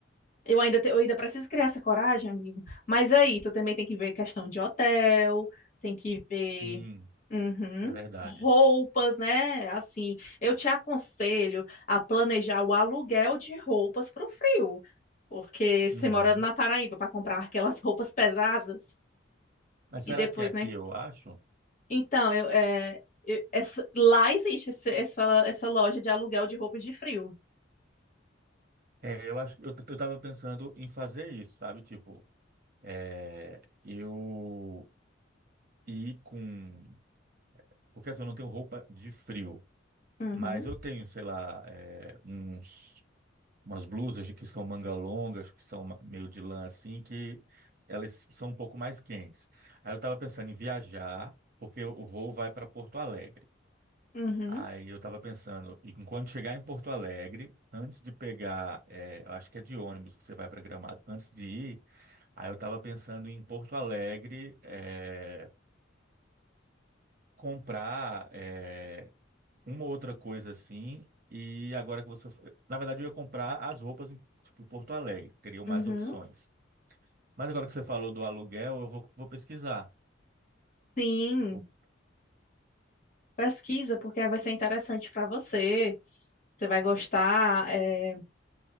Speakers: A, on the left (about 40°); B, on the right (about 50°).
A: Eu ainda, te- eu ainda preciso criar essa coragem, amigo. Mas aí, tu também tem que ver questão de hotel, tem que ver,
B: Sim,
A: uhum,
B: é verdade.
A: roupas, né? Assim, eu te aconselho a planejar o aluguel de roupas pro frio. Porque você
B: Uhum.
A: morando na Paraíba para comprar aquelas roupas pesadas
B: Mas
A: e
B: será
A: depois,
B: que aqui
A: né?
B: eu acho?
A: Então, eu, é, eu- essa- lá existe esse- essa, essa loja de aluguel de roupas de frio.
B: É, eu acho, eu, eu tava pensando em fazer isso, sabe? Tipo, é, eu ir com, porque assim, eu não tenho roupa de frio,
A: Uhum,
B: mas eu tenho, sei lá, é, uns, umas blusas de que são manga longas, que são ma- meio de lã assim, que elas são um pouco mais quentes. Aí eu tava pensando em viajar, porque o voo vai para Porto Alegre.
A: uhum,
B: Aí eu estava pensando, e quando chegar em Porto Alegre, antes de pegar, é, eu acho que é de ônibus que você vai para Gramado, antes de ir, aí eu estava pensando em Porto Alegre, é, comprar, é, uma ou outra coisa assim, e agora que você. Na verdade, eu ia comprar as roupas em, tipo, em Porto Alegre, teriam mais
A: uhum.
B: opções. Mas agora que você falou do aluguel, eu vou, vou pesquisar.
A: Sim.
B: Vou...
A: Pesquisa, porque aí vai ser interessante para você. Você vai gostar. é,